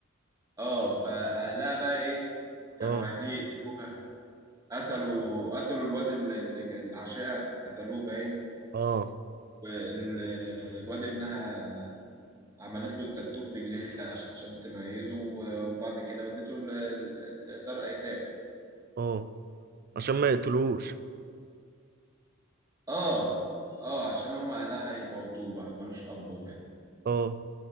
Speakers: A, on the right; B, on the right.
A: اه فأهلها بقى ايه كانوا
B: اه
A: عايزين يقتلوها قتلوا قتلوا الواد اللي اللي عاشقها قتلوه باين
B: اه
A: وال- الواد ابنها عملت له التاتو في رجليه عشان تميزه و- وبعد كده ودته ل- ل- لدار ايتام
B: اه عشان ما يقتلوش
A: اه اه عشان هم اهلها هيموتوه بقى ملوش اب وكده
B: اه